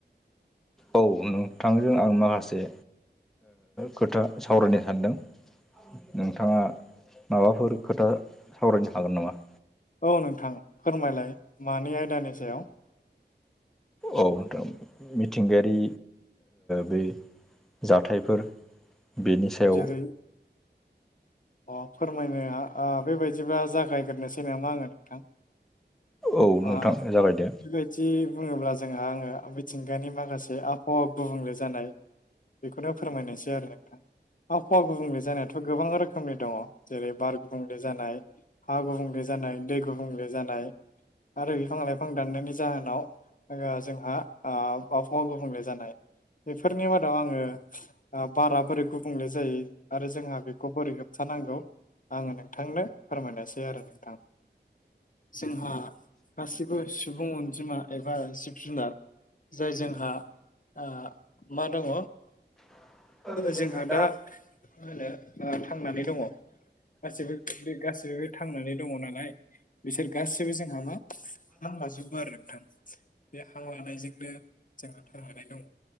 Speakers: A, in the centre; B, on the left.
A: औ नोंथांजों आं माखासे खोथा सावरायनो सानदों नोंथाङा माबाफोर खोथा सावरायनो हागोन नामा
B: औ नोंथां फोरमायलाय मानि आयदानि सायाव
A: औ नोंथां मिथिंगायारि बे जाथायफोर बेनि सायाव
B: जेरै अ फोरमायनो बेबायदिबा जागायग्रोनोसै नामा आङो नोंथां
A: औ नोंथां
B: अ <unintelligible>
A: जागायदो
B: बिदि बुङोब्ला जोंहा आङो मिथिंगानि माखासे आबहावा गुबुंले जानाय बेखौनो फोरमायनोसै आरो नोंथां आबहावा गुबुंले जानायाथ' गोबां रोखोमनि दङ' जेरै बार गुबुंले जानाय हा गुबुंले जानाय दै गुबुंले जानाय आरो बिफां लाइफां दाननायनि जाहोनाव जोङो जोंहा ओ आबाहावा गुबुंले जानाय बेफोरनि मादाव आङो आ बारा बोरै गुबुंले जायो आरो जोंहा बेखौ बोरै होबथानांगौ आङो नोंथांनो फोरमायनोसै आरो नोंथां जोंहा गासैबो सुबुं अनजिमा एबा जिब जुनार जाय जोंहा आ मा दङ'
A: <inaudible> <unintelligible>
B: जोंहा दा मा होनो ओ थांनानै दङ' गासैबो बे गासैबो थांनानै दङ'नालाय बिसोर गासैबो जोंहा मा हां लाजोबो आरो नोंथां बे हां लानायजोंनो जोंहा थांनानै दङ'